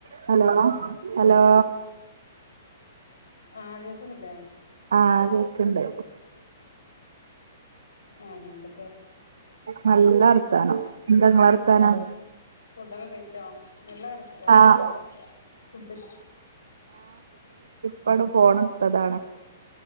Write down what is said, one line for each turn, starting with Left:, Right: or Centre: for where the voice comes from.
Right: Hello hello
Left: ആ കേക്കുന്നില്ലേ
Right: ആ കേക്കുണ്ട്
Left: ആഹ എന്തൊക്ക
Right: നല്ല വർത്താനം വർത്താനോ എന്താ വർത്താനം
Left: ഫുഡൊകെ കഴിച്ചാ നല്ല കണക്ക് കൊടുക്കുന്നില്ല
Right: ആഹ്
Left: ഫുഡ്
Right: ഇപ്പണ് ഫോണെട്ത്തതാണെ